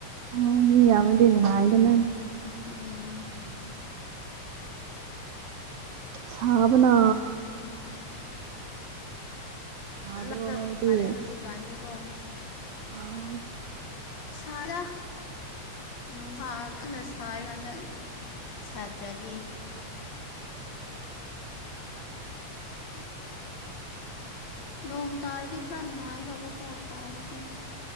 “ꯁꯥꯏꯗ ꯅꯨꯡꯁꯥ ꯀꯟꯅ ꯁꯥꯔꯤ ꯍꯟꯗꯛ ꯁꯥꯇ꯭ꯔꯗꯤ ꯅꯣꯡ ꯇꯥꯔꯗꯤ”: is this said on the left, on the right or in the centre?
Left